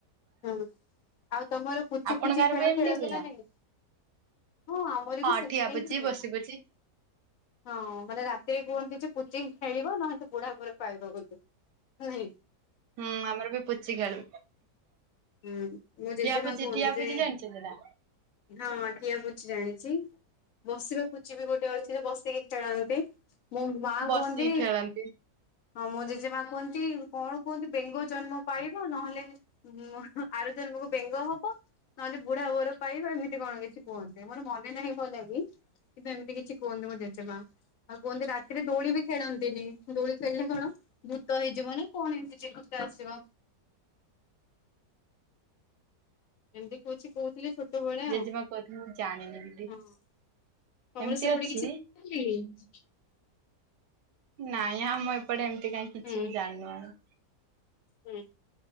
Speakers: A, on the left; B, on the right.
A: ହୁଁ ଆଉ ତମର ପୁଚି
B: ଆପଣଙ୍କ
A: ଫୁଚି
B: ଆଡେ
A: ଖେଳ
B: ବି ଏମିତି
A: ଖେଳକିନା
B: ହୁଏ ନା?
A: ନାଇଁ? ହଁ ଆମରବି
B: ହଁ
A: ସେମିତିହିଁ
B: ଠିଆ ପୁଚି
A: ହୁଏ।
B: ବସି ପୁଚି
A: ହଁ ମାନେ ରାତିରେ କୁହନ୍ତିଯେ ପୁଚି ଖେଳିବ ନହେଲେ ସେବୁଢା ଘରେ ପାଇବ ବୋଲି ହୁଁ।
B: ହୁଁ ଆମରବି ପୁଚି ଖେଳୁ।
A: ହୁଁ ମୋ
B: ଠିଆ
A: ଜେଜେମା
B: ପୁଚି
A: କୁହନ୍ତିଯେ
B: ଠିଆ ପୁଚି ଜାଣିଛନ୍ତି ନା?
A: ହଁ କିଏ ପୁଛି ଜାଣିଚି। ବସିବା ପୁଚିବିି ଗୋଟେ ଅଛି ଯେବସିକି ଖେଳନ୍ତି। ମୋ ମା
B: ବସିକି
A: କୁହନ୍ତି
B: ଖେଳନ୍ତି
A: ହଁ ମୋ ଜେଜେମା କୁହନ୍ତି କଣ କୁହନ୍ତି ବେଙ୍ଗ ଜନ୍ମ ପାଇବ ନହେଲେ ଉଁ ହଁ ଆର ଜନ୍ମକୁ ବେଙ୍ଗ ହବ ନହେଲେ ବୁଢା ବର ପାଇବା ଏମିତି କଣ କିଛି କୁହନ୍ତେ ମୋର ମନେ ନାହିଁ ଭଲ କି କିନ୍ତ ଏମିତି କିଛି କୁହନ୍ତୁ ମୁ ଜେଜେମା। ଆଉ କୁହନ୍ତି ରାତିରେ ଦୋଳି ବି ଖେଳନ୍ତିନି ଦୋଳି ଖେଳିଲେ କଣ ଭୀତ ହେଇଯିବ ନା କଣ ଏମିତି ଭୀତ ଆସିବ। ଏମିତି କହୁଛି କହୁଛି ଛୋଟବେଳେଆ
B: ଜେଜେମା
A: ଆଉ
B: କହୁଥିଲେ ମୁଁ ଜାଣିନି ଦିଦି।
A: ହଁ ତମର
B: ଏମିତି
A: ସେପଟେ
B: ଅଛି
A: କିଛି ହ <inaudible>
B: ନାଇଁ ଆ ଆମଁ ଏପଟେ ଏମିତି କାଇହିଁ କିଛି
A: ହୁଁ
B: ବି ଜାଣିନୁନି ଆମେ।
A: ହୁଁ।